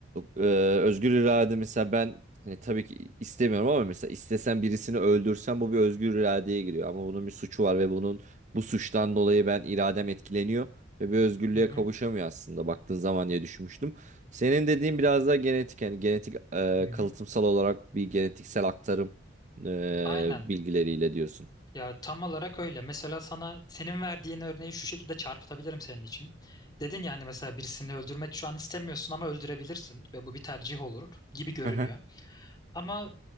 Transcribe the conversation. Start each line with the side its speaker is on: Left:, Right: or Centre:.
Right: e, özgür irade mesela ben hani tabii ki istemiyorum ama mesela istesen birisini öldürsen bu bir özgür iradeye giriyor. Ama bunun bir suçu var ve bunun bu suçtan dolayı ben iradem etkileniyor ve bir özgürlüğe
Left: Hı hı,
Right: kavuşamıyor aslında baktığın zaman diye düşünmüştüm. Senin dediğin biraz daha genetik yani genetik e,
Left: hı hı.
Right: kalıtsal olarak bir genetiksel aktarım e,
Left: Aynen.
Right: bilgileriyle diyorsun.
Left: Ya tam olarak öyle. Mesela sana senin verdiğin örneği şu şekilde çarpıtabilirim senin için. Dedin yani mesela birisini öldürmek şu an istemiyorsun ama öldürebilirsin ve bu bir tercih olur gibi görünüyor.
Right: Hı hı.
Left: Ama